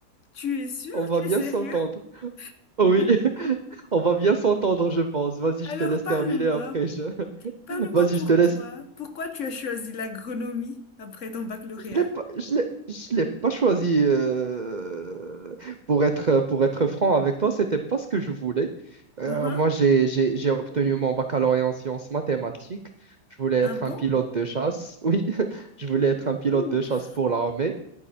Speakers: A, on the left; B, on the right.
A: Tu es sûr?
B: On va
A: Tu
B: bien
A: es sérieux?
B: s'entendre. Oui,
A: <laughs>
B: <laughs> on va bien s'entendre, je pense. Vas-y,
A: Alors
B: je te laisse
A: parle-moi,
B: terminer après. je-
A: parle-moi
B: <laughs> Vas-y,
A: pourquoi,
B: je te laisse.
A: pourquoi tu as choisi l'agronomie après ton baccalauréat?
B: Je l'ai pas, je l'ai, je l'ai pas choisi euh, pour être, pour être franc avec toi, c'était pas ce que je voulais. Euh,
A: Uhum.
B: moi, j'ai, j'ai, j'ai obtenu mon baccalauréat en sciences mathématiques. Je voulais être
A: Ah
B: un
A: bon?
B: pilote de chasse. <laughs> Oui, je voulais être un pilote
A: Ouf.
B: de chasse pour l'armée.